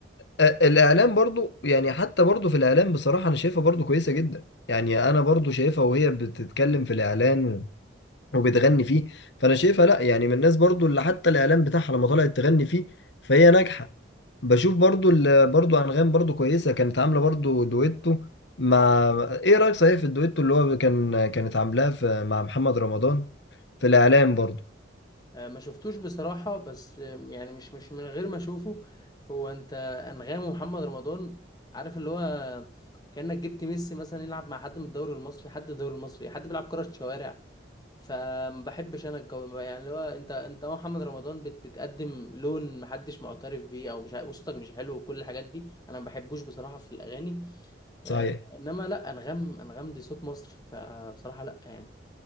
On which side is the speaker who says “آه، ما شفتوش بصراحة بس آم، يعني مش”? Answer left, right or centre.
Left